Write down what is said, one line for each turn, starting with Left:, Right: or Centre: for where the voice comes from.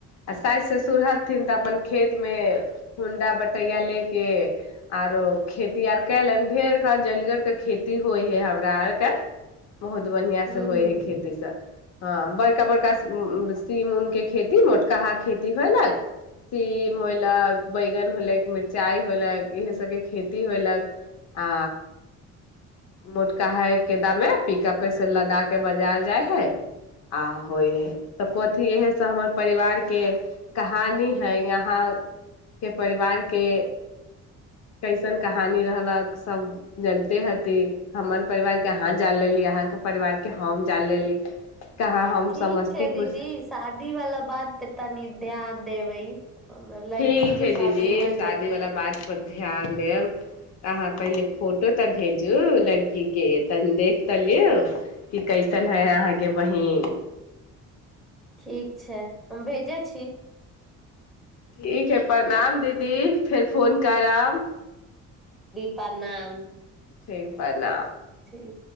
Left: आ साासि ससुर हथिन तऽ अपन खेतमे होंडा बटैय लऽ कऽ आरो खेती आर कयलनि ढेरर जलगरके खेती होइ हइ हमरा आरके बहुत बढ़आं
Centre: हूँ
Left: से होइ
Centre: हूँ
Left: है खेती सब हँ बड़का बड़का सीम उम के खेती मोटकाहा खेती होयलक सीम होयलक बैगन होयलक मिरचाई होयलक इहे सबके खेती होयलक आ मोटका हा के दमे पअ पेसँ लदा के बाजार जाइ हइ आ होइ हइ तऽ कथी इहे सभ हमर परिवारके कहानी है यहाँके परिवारके कैसन कहानी रहलक सभ जनिते ह हमर परिवारके अहाँ ज लेली अहाँके परिवारके हम जाल लेली कहाँ हम
Centre: ठीक
Left: समस्तीपुर
Centre: छै दीदी शादी वालला बात पे तनी ध्यान देब हमरा लड़की
Left: ठीक हइ
Centre: के
Left: दीदी
Centre: शादी होइ
Left: शादी
Centre: जतै
Left: वाला बात पर ध्यान देब अहाँ पहिले फोटो तऽ भेजू लड़की के तन देख तऽ लिऔ कि कैसन है अहाँके बहिन
Centre: ठीक छै हम भेजै छी
Left: ठीक है प्रणाम दीदी फेर फोन करब
Centre: बणाम
Left: ठीक पल
Centre: ठीक